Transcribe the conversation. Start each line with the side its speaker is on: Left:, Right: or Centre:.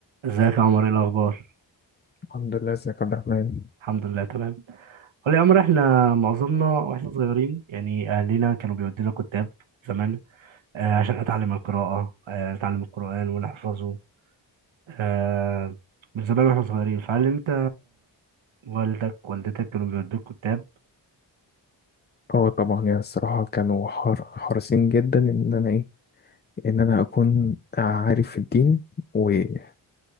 Right: ازيك يا عمر ايه الاخبار
Left: الحمد لله ازيك يا عبد الرحمن
Right: الحمد لله تمام قول لي يا عمر احنا معظمنا واحنا صغيرين يعني اهلنا كانوا بيودينا كتاب زمان آه، عشان اتعلم القراءه آه، اتعلم القران ونحفظه آه، من زمان واحنا صغيرين فهل انت والدك والدتك كانوا بيودوك كتاب
Left: اه طبعا يعني الصراحة كانوا حار- حريصين جدا ان انا ايه ان انا اكون عارف في الدين وحافظ